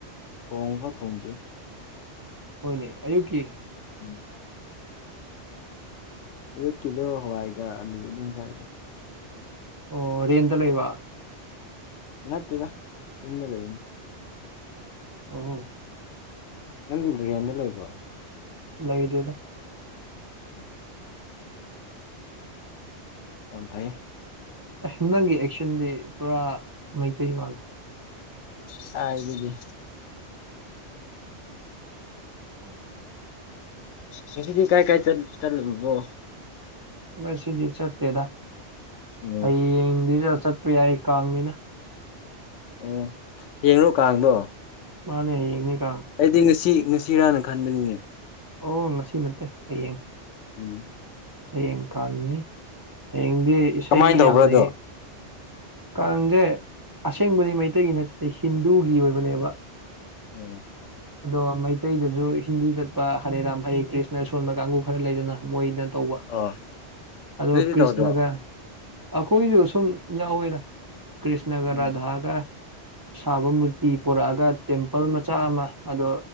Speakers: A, on the left; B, on the right.
A: ꯊꯣꯡꯉꯕ ꯊꯣꯡꯗ꯭ꯔꯤ꯫
B: ꯍꯣꯏꯅꯦ ꯑꯌꯨꯛꯀꯤ꯫
A: ꯎꯝ꯫ ꯑꯌꯨꯛꯀꯤꯗꯣ ꯍꯋꯥꯏꯒ ꯑꯂꯨ ꯑꯗꯨꯝ ꯆꯥꯏꯗ꯫
B: ꯑꯣ ꯔꯦꯟꯗ ꯂꯩꯕ꯫
A: ꯅꯠꯇꯗ ꯍꯌꯣꯝꯗ ꯂꯩꯕꯅꯤ꯫
B: ꯑꯣ ꯍꯣ꯫
A: ꯅꯪꯕꯣ ꯔꯦꯟꯗ ꯂꯩꯏꯕꯔꯣ꯫
B: ꯂꯩꯗꯦꯗ꯫
A: ꯎꯝ꯫ ꯌꯝ ꯐꯩ꯫
B: ꯑ ꯅꯪꯒꯤ ꯑꯦꯛꯁꯟꯗꯤ ꯄꯨꯔꯥ ꯃꯩꯇꯩ ꯃꯥꯜꯂꯦ꯫
A: ꯀꯥꯏꯗꯒꯤ
B: ꯑꯦ
A: ꯉꯁꯤꯗꯤ ꯀꯥꯏ ꯀꯥꯏ ꯆꯠ ꯆꯠꯂꯨꯕꯅꯣ
B: ꯉꯁꯤꯗꯤ ꯆꯠꯇꯦꯗ
A: ꯑꯣ
B: ꯍꯌꯦꯡꯗꯤ ꯆꯠꯄ ꯌꯥꯏ ꯀꯥꯡꯅꯤꯅ
A: ꯑꯣ ꯍꯌꯦꯡꯔꯣ ꯀꯥꯡꯗꯣ
B: ꯃꯥꯅꯦ ꯍꯥꯏꯌꯦꯡꯅꯦ ꯀꯥꯡ
A: ꯑꯩꯗꯤ ꯉꯁꯤ ꯉꯁꯤꯔꯥꯅ ꯈꯟꯕꯅꯤꯅꯦ
B: ꯑꯣ ꯉꯁꯤ ꯅꯠꯇꯦ ꯍꯌꯦꯡ꯫
A: ꯎꯝ꯫
B: ꯍꯌꯦꯡ ꯀꯥꯟꯅꯤ ꯍꯌꯦꯡꯗꯤ ꯏꯁꯩ
A: ꯀꯃꯥꯏꯟ ꯇꯧꯕ꯭ꯔꯥ
B: ꯌꯥꯝ ꯂꯩ꯫
A: ꯑꯗꯣ
B: ꯀꯥꯡꯁꯦ ꯑꯁꯦꯡꯕꯗꯤ ꯃꯩꯇꯩꯒꯤ ꯅꯠꯇꯦ ꯍꯤꯟꯗꯨꯒꯤ ꯑꯣꯏꯕꯅꯦꯕ꯫
A: ꯑꯣ꯫
B: ꯑꯗꯣ ꯃꯩꯇꯩꯗꯁꯨ ꯍꯤꯟꯗꯨ ꯆꯠꯄ ꯍꯔꯦ ꯔꯥꯝ ꯍꯔꯦ ꯀ꯭ꯔꯤꯁꯅ ꯁꯣꯟꯕ ꯀꯥꯡꯕꯨ ꯈꯔ ꯂꯩꯗꯅ ꯃꯣꯏꯅ꯫ ꯇꯧꯕ
A: ꯑꯣ
B: ꯑꯗꯣ
A: ꯅꯣꯏꯗꯤ
B: ꯀ꯭ꯔꯤꯁꯅꯒ꯫
A: ꯇꯧꯗ꯭ꯔꯣ
B: ꯑꯩꯈꯣꯏꯁꯨ ꯁꯨꯝ ꯌꯥꯎꯋꯦꯗ ꯀ꯭ꯔꯤꯁꯅꯒ
A: ꯎꯝ
B: ꯔꯥꯙꯥꯒ ꯁꯥꯕ ꯃꯨꯔꯇꯤ ꯄꯔꯛꯑꯒ ꯇꯦꯝꯄꯜ ꯃꯆꯥ ꯑꯃ ꯑꯗꯣ